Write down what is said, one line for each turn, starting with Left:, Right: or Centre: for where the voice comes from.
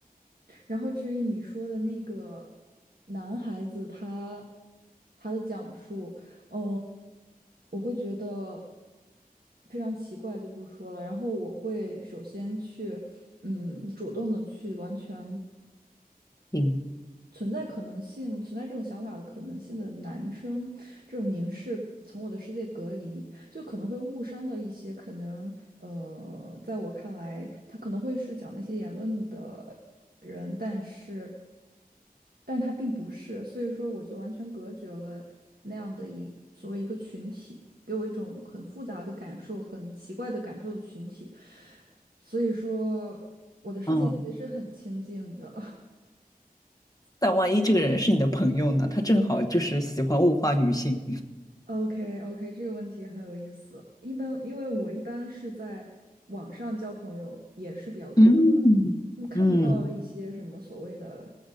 Right: 然后至于你说的那个男孩子他他的讲述，嗯、我会觉得非常奇怪，就不说了。然后我会首先去，嗯，主动的去完全。
Left: 嗯
Right: 存在可能性、存在这种想法的可能性的男生，这种凝视从我的世界隔离，就可能会误伤到一些可能呃，在我看来，他可能会是讲那些言论的人，但是，但是他并不是，所以说我就完全隔绝了那样的一所谓一个群体，给我一种很复杂的感受、很奇怪的感受的群体，所以说我的世界其实很清静的。
Left: 嗯
Right: <laughs>
Left: 但万一这个人是你的朋友呢？他正好就是喜欢物化女性。
Right: OK OK，这个问题很有意思。一般因为我一般是在网上交朋友也是比较多的，
Left: 嗯嗯，
Right: 嗯，看不到一些什么所谓的，